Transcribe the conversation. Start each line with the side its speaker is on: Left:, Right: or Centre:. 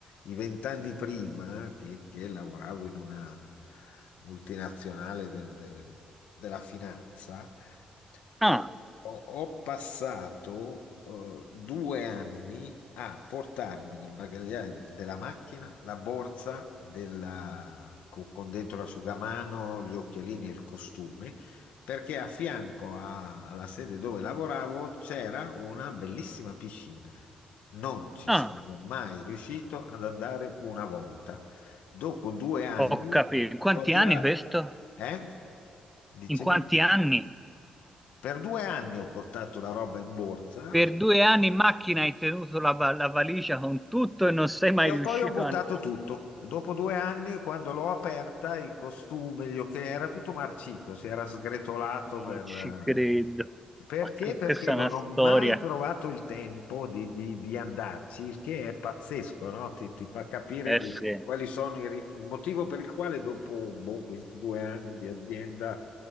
Left: i vent'anni prima che, che lavoravo in una multinazionale de- de- della finanza eh,
Centre: Ah,
Left: ho, ho passato eh, due anni a portarmi nel bagagliaio della macchina la borsa della- co- con, dentro l'asciugamano, gli occhialini e il costume, perché a fianco a- alla sede dove lavoravo c'era una bellissima piscina. Non ci
Centre: ah,
Left: sono mai riuscito ad andare una volta. Dopo due anni
Centre: ho capito. Quanti
Left: ho tirato...
Centre: anni questo?
Left: Eh? Dicevi?
Centre: In quanti anni?
Left: Per due anni ho portato la roba in borsa,
Centre: Per due anni in macchina hai tenuto la, va- la valigia con tutto e non sei mai
Left: E
Centre: riuscito
Left: poi ho buttato
Centre: a andare.
Left: tutto. Dopo due anni, quando l'ho aperta, il costume, gli occhiali, era tutto marcito, si era sgretolato
Centre: Non
Left: per... eh,
Centre: ci credo.
Left: Perché?
Centre: Ma che-
Left: Perché
Centre: questa è
Left: non
Centre: una storia.
Left: ho mai trovato il tempo di, di- di andarci, il che è pazzesco, no? Ti, ti fa capire
Centre: Eh
Left: che-
Centre: sì,
Left: quali sono i ritmi, il motivo per il quale dopo boh, 22 anni di azienda